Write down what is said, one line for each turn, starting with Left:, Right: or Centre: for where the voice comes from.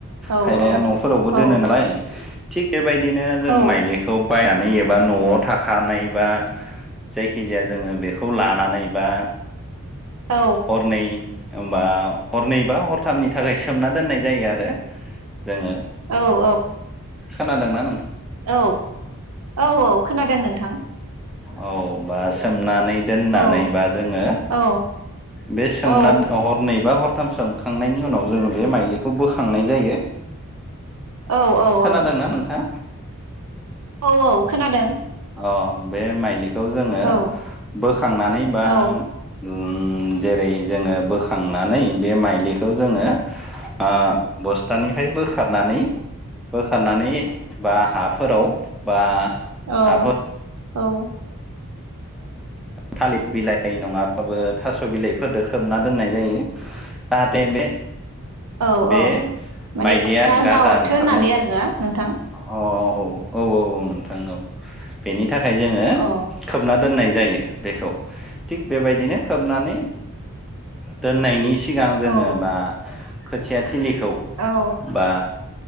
Right: औ
Centre: खायबाया न'फोरावबो दोनो
Right: औ
Centre: नालाय थिग बेबायदिनो जों
Right: औ
Centre: माइलिखौ बायनानै एबा न'आव थाखानाय बा जायखिजाया जोङो बेखौ लानानै बा
Right: औ
Centre: हरनै होमबा हरनैबा हरथामनि थाखाय सोमना दोननाय जायो आरो जोङो
Right: औ
Centre: खोनादों ना?
Right: औ औ औ खोनादों नोंथां।
Centre: औ बा सोमनानै दोननानै
Right: औ
Centre: बा जोङो
Right: औ
Centre: बे सोम
Right: औ
Centre: हरनै बा हर थाम सोमखांनायनि उनाव जोङो बे माइलिखौ बोखांनाय जायो।
Right: औ औ
Centre: खोनादोंना नोंथाङा?
Right: औ औ खोनादों।
Centre: अ बे माइलिखौ जोङो
Right: औ
Centre: बोखांनानै बा
Right: औ
Centre: उम जेरै जोङो बोखांनानै बे माइलि खौ जोङो आं बस्थानिफ्राय बोखारनानै बोखारनानै बा हाफोराव बा
Right: औ
Centre: हाफोराव
Right: औ।
Centre: थालिर बिलाइ नङा थास' बिलाइफोरदो खोबना दोननाय जायो, जाहाथे बे
Right: औ
Centre: बे
Right: औ माने
Centre: माइलिया गाजा
Right: अरथो
Centre: ओंखारनाय
Right: होननानै
Centre: अ
Right: आरोना नोंथां
Centre: औ औ औ औ नोंथां औ बेनि थाखाय जोङो
Right: औ
Centre: खोबना दोननाय जायो बेखौ थिग बेबायदिनो खोबनानै दोननायनि सिगां जोङो
Right: औ
Centre: बा खोथिया थिलिखौ
Right: औ
Centre: बा